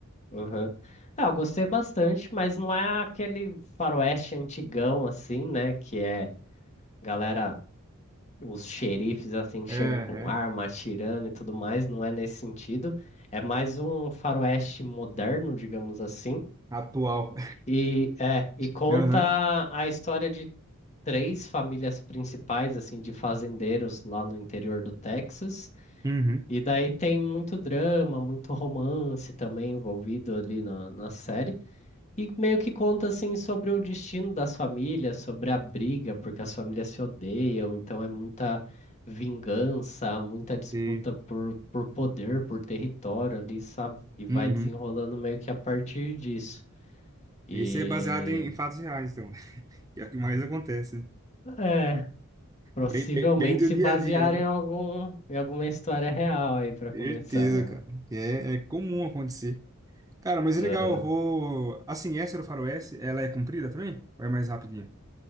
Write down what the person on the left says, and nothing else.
uhum. Ah, eu gostei bastante, mas não é aquele faroeste antigão assim, né, que é galera os xerifes assim que
chega
com arma atirando e tudo mais, não é nesse sentido. É mais um faroeste moderno, digamos assim.
E é, e
conta
a história de três famílias principais assim de fazendeiros lá no interior do Texas.
E daí tem muito drama, muito romance também envolvido ali na, na série. E meio que conta assim sobre o destino das famílias, sobre a briga, porque as famílias se odeiam, então é muita vingança, muita disputa
por, por poder, por território ali, sabe? E vai
desenrolando meio que a partir disso. E
é, possivelmente
se
basear
em algum, em alguma história real aí para começar
ela.
Aham.